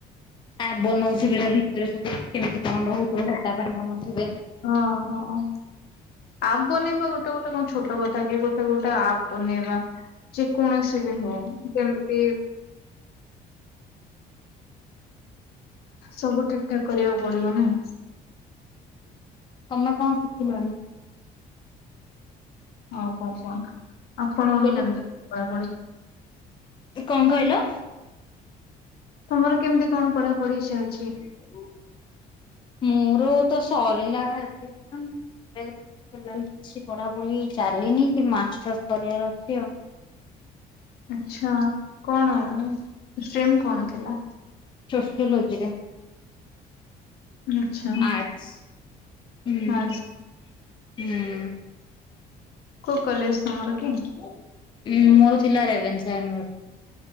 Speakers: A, on the left; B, on the left.
A: ଆପ୍ ବନଉଥିବେ ତା ଭିତରେ ସବୁ କେମିତି କଣ ରହୁଥିବ ସେଟା ପାଇଁ ବନଉଥିବେ।
B: ହଁ ହଁ। ଆପ୍ ବନେଇବା ଗୋଟେ ଗୋଟେ କଣ ଛୋଟ କଥା କି ଗୋଟେ ଗୋଟେ ଆପ୍ ବନେଇବା। ଯେ କୌଣସି ବି ହଉ କେମିତି ସବୁ ଠିକ ଠାକ କରିବାକୁ ପଡିବ ନା।
A: ତମେ କଣ ଶିଖିଲଣିି।
B: ଆଉ କଣ କୁହନା ଆପଣଙ୍କର
A: ମୁଁ କହିଲି
B: କେମତି <inaudible> ପଡ଼େ?
A: କଣ କହିଲ?
B: ତୁମର କେମିତି କଣ ପଢା ପଢି ଚାଲ୍
A: <inaudible> ମୋର ତ ସରିଲାଣି ଆଜି ପାଇଁ <inaudible> ଫିଲାଲ୍ କିଛି ପଢାପଢି ଚାଲିନି କି ମାଷ୍ଟର୍ସ କରିବାର ଅଛି ଆଉ
B: ଆଛା କଣ ଷ୍ଟ୍ରିମ୍ କଣ ଥିଲା?
A: ସୋସିଓଲୋଜିରେ।
B: ଆଚ୍ଛା
A: ଆଛ୍ ହୁଁ
B: ଆର୍ଟ୍ସ
A: ହୁଁ।
B: କୋଉ କଲେଜ ତମର? କି?
A: ଉଁ ମୋର ଥିଲା ରେଭେନ୍ସା ୟନିଭର୍